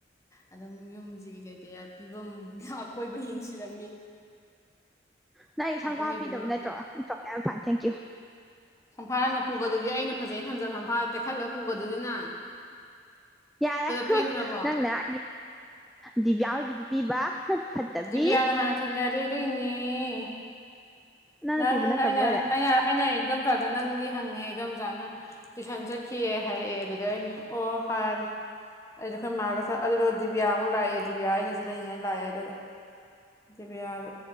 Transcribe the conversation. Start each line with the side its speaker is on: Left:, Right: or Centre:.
Left: ꯑꯗꯨꯝ ꯌꯨꯝꯖꯤꯒꯤ ꯀꯩ ꯀꯩ ꯐꯤꯕꯝ ꯑꯀꯣꯏꯕ ꯌꯦꯡꯁꯤꯜꯂꯝꯃꯤ
Centre: ꯅꯪ ꯑꯩ
Left: ꯑꯀꯣꯏꯕ
Centre: ꯁꯝꯐꯥ ꯍꯥꯞꯄꯤꯗꯕ
Left: ꯐꯤꯕꯝ
Centre: ꯅꯠꯇ꯭ꯔꯣ ꯏꯣ ꯀ ꯌꯥꯝ ꯐ ꯊꯦꯡꯀ꯭ꯌꯨ <unintelligible>
Left: ꯁꯝꯐꯥ ꯅꯪꯅꯥ ꯄꯨꯒꯗꯨꯗꯤ ꯑꯩꯅ ꯐꯖꯩꯩꯅ ꯊꯝꯖꯕ ꯁꯝꯐꯥꯔ ꯇꯦꯛꯍꯟꯂ ꯄꯨꯒꯗꯨꯗꯤꯅ
Centre: ꯌꯥꯔꯦ ꯍꯨꯡ
Left: ꯄꯦꯟꯗ꯭ꯔꯕꯣ
Centre: ꯅꯪꯅꯛ ꯗꯤꯕꯤꯌꯥ ꯍꯣꯏꯒꯤꯗꯤ ꯄꯤꯕ ꯍꯨꯝ ꯐꯠꯇꯕꯤ
Left: ꯗꯤꯕꯤꯌꯥꯅ ꯍꯥꯟꯅ ꯊꯦꯡꯅꯔ‌ꯦ ꯑꯗꯨꯏꯅ‌ꯦ
Centre: ꯅꯪꯅ
Left: ꯅꯪ
Centre: ꯄꯤꯕ ꯅꯠꯇꯕ
Left: ꯑꯩꯅ
Centre: ꯑꯣꯏꯔꯦ
Left: ꯑꯩꯅ ꯑꯩꯅ ꯏꯗꯣꯝꯆꯥꯗ ꯅꯪꯗꯤ ꯍꯪꯉꯦ ꯏꯗꯣꯝꯆꯥꯅ ꯇꯨꯏꯁꯟ ꯆꯠꯈꯤꯑꯦ ꯍꯥꯏꯔꯛꯑꯦ ꯑꯗꯨꯗ ꯑꯩꯅ ꯑꯣ ꯍꯥꯏꯔꯦ ꯑꯩꯁꯨꯣ ꯑꯩꯈꯣꯏ ꯃꯥꯒ ꯁ ꯑꯗꯨꯗꯨꯒ ꯗꯤꯕꯤꯌꯥꯃꯨꯛ ꯂꯥꯛꯑꯦ ꯗꯤꯕꯤꯌꯥ ꯑꯩꯅ ꯁꯤ ꯂꯩꯅꯤꯡꯉꯥꯏ ꯂꯥꯛꯑꯦ ꯑꯗꯨꯒ ꯗꯤꯌꯥ